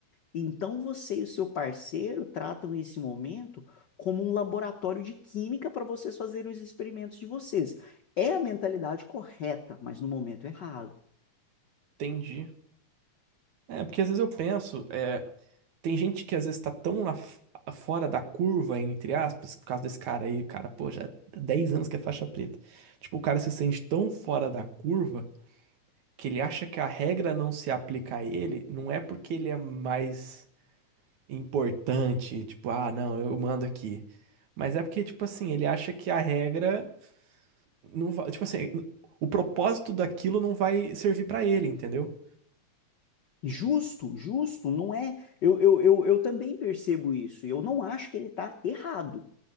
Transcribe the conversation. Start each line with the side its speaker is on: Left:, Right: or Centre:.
Left: Então você e o seu parceiro tratam esse momento como um laboratório de química para vocês fazerem os experimentos de vocês. É a mentalidade correta, mas no momento errado.
Right: entendi. É, porque às vezes eu penso, é, tem gente que às vezes tá tão na- fora da curva, entre aspas, por causa desse cara aí, cara, pô, já há 10 anos que é faixa preta. Tipo, o cara se sente tão fora da curva. que ele acha que a regra não se aplica a ele, não é porque ele é mais importante, tipo, ah, não, eu mando aqui. Mas é porque, tipo assim, ele acha que a regra não vai, tipo assim, o propósito daquilo não vai servir pra ele, entendeu?
Left: Justo, justo, não é. Eu, eu, eu, eu também percebo isso, e eu não acho que ele está errado.